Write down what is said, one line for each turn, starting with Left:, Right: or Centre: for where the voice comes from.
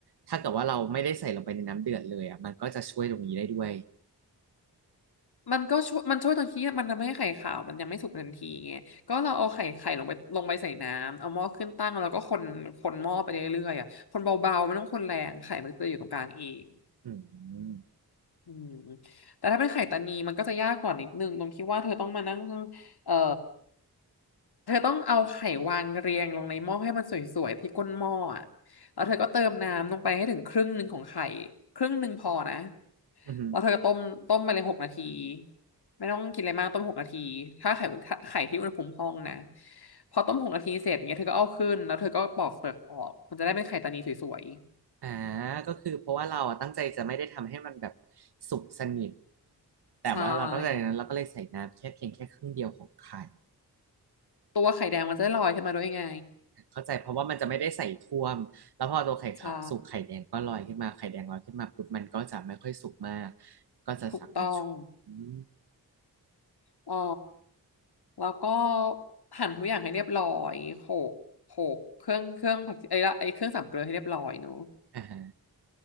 Right: ถ้าเกิดว่าเราไม่ได้ใส่ลงไปในน้ำเดือดเลยอ่ะมันก็จะช่วยตรงนี้ได้ด้วย
Left: มันก็ช่วยมันช่วยตรงที่มันทำให้ไข่ขาวมันยังไม่สุกทันทีไงก็เราเอาไข่ไข่ลงไปลงไปใส่น้ำเอาหม้อขึ้นตั้งแล้วก็คนคนหม้อไปเรื่อยๆอ่ะคนเบาๆไม่ต้องคนแรงไข่มันจะอยู่ตรงกลางเอง
Right: อืม
Left: อืมแต่ถ้าเป็นไข่ตานีมันก็จะยากกว่านิดนึงตรงที่ว่าเธอต้องมานั่งเอ่อเธอต้องเอาไข่วางเรียงลงในหม้อให้มันสวยๆที่ก้นหม้ออะแล้วเธอก็เติมน้ำลงไปให้ถึงครึ่งหนึ่งของไข่ครึ่งหนึ่งพอนะ
Right: อืมอหือ
Left: แล้วเธอก็ต้มต้มไปเลยหกนาทีไม่ต้องกินอะไรมากต้มหกนาทีถ้าไข่ถ้าไข่ที่อุณหภูมิห้องนะพอต้มหกนาทีเสร็จเงี้ยเธอก็เอาขึ้นแล้วเธอก็ปอกเปลือกออกมันจะได้เป็นไข่ตานีสวย
Right: อ่าก็คือเพราะว่าเราอะตั้งใจจะไม่ได้ทำให้มันแบบสุกสนิท
Left: ๆใช่
Right: แต่ว่าเราตั้งใจนั้นเราก็เลยใส่น้ำแค่เพียงแค่ครึ่งเดียวของไข่
Left: ตัวไข่แดงมันจะได้ลอยขึ้นมาด้วยไง
Right: เข้าใจเพราะว่ามันจะไม่ได้ใส่ท่วมแล้วพอตัวไข่ขาวสุกไข่แดงก็ลอยขึ้นมาไข่แดงลอยขึ้นมาปุ๊บมันก็จะไม่ค่อยสุกมาก
Left: ใช่
Right: ก็จะสามารถชุบอม
Left: ถูกต้องอ๋อแล้วก็หั่นทุกอย่างให้เรียบร้อยโขลกโขลกเครื่องเครื่องผักไอ้ละไอ้เครื่องสามเกลือให้เรียบร้อยเนอะ
Right: อ่าฮะ